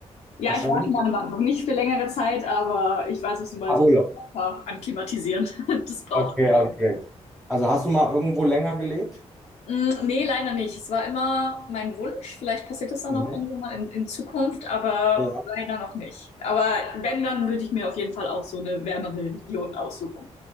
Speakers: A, on the left (about 80°); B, in the centre.
A: Ja,
B: wahrscheinlich.
A: ich war schon mal in Bangkok. Nicht für längere Zeit, aber ich weiß, was du meinst.
B: Ah, Urlaub.
A: mit Körper Anklimatisieren. <laughs> Das braucht
B: Okay,
A: man.
B: okay. Also hast du mal irgendwo länger gelebt?
A: Mm, Nee, leider nicht. Es war immer mein Wunsch. Vielleicht passiert das dann
B: Mhm.
A: auch irgendwann mal in, in Zukunft, aber
B: Ja.
A: leider noch nicht. Aber wenn, dann würde ich mir auf jeden Fall auch so eine wärmere Region aussuchen.